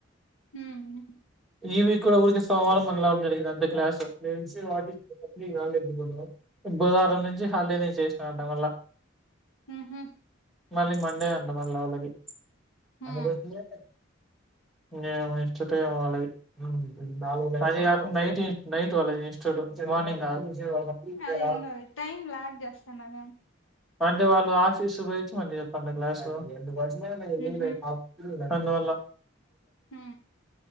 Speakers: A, on the left; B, in the centre.
A: హ్మ్మ్
B: ఇవి ఇక్కడ కూడా ఊరికి సోమవారం మంగళవారం జరిగింది అంతే క్లాస్ మేంసీ వాటికి కొత్త <unintelligible> కాలే <unintelligible> బుధవారం నుంచి హాలిడే నే చేసి గంట వల్ల
A: హ్మ్మ్
B: మళ్ళీ మండే అంట వాళ్ళ వాళ్ళకి
A: హు
B: మన బ్రతుకులే నే ఎక్స్ట్రా టైమ్ వాళ్ళది ఉమ్ అదీగాక నైట్ నైట్ వాళ్ళకి చేస్తాడు మార్నింగ్ కాదు
A: అదేంద అది టైమ్ లాగ్ చేస్తాన్నదే
B: అంటే వాళ్ళు ఆఫీస్ పోయిచ్చి మళ్ళీ చెప్పండి క్లాసు <unintelligible>
A: ఉహు
B: అందువల్ల
A: హు